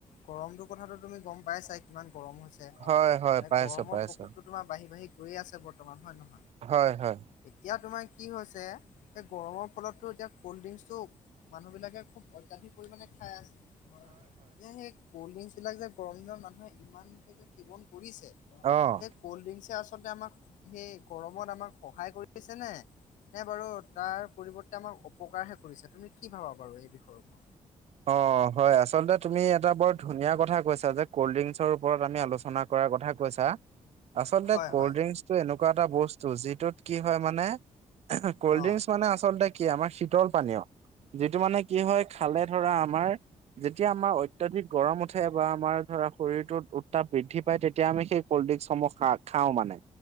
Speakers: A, on the left; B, on the right.
A: গৰমটোৰ কথাটো তুমি গম পাইছাই কিমান গৰম হৈছে
B: হয় হয় পাইছো
A: গৰমৰ
B: পাইছো
A: প্ৰকোপটো তোমাৰ বাঢ়ি বাঢ়ি গৈয়ে আছে বৰ্তমান হয় নহয়
B: হয় হয়
A: এতিয়া তোমাৰ কি হৈছে এই গৰমৰ ফলততো এতিয়া ক'ল্ড ড্ৰিংকচটো মানুহবিলাকে খুব অত্যাধিক পৰিমাণে খাই আছে হয় হয় যে সেই কল্ড ড্ৰিংকছ বিলাক যে গৰম দিনত মানুহে ইমানকে যে সেৱন কৰিছে
B: অ
A: সেই কল্ড ড্ৰিংচে আচলতে আমাক সেই গৰমত আমাক সহায় কৰিছেনে নে বাৰু তাৰ পৰিৱৰ্তে আমাক অপকাৰহে কৰিছে তুমি কি ভাবা বাৰু এই বিষয়ৰ ওপৰত
B: অ হয় আচলতে তুমি এটা বৰ ধুনীয়া কথা কৈছা যে ক'ল্ড ড্ৰিংকচৰ ওপৰত আমি আলোচনা আলোচনা কৰাৰ কথা কৈছা আচলতে
A: হয়
B: কল্ড
A: হয়
B: ড্ৰিংকচটো এনেকুৱা এটা বস্তু যিটোত কি হয় মানে কল্ড
A: অ
B: ড্ৰিংকচ মানে আচলতে কি আমাৰ শীতল পানীয় যিটো মানে কি হয় খালে ধৰা আমাৰ যেতিয়া আমাৰ অত্যাধিক গৰম উঠে বা আমাৰ ধৰা শৰীৰটোত উত্তাপ বৃদ্ধি পাই তেতিয়া আমি সেই কল্ডডিংচ সমূহ খাওঁ মানে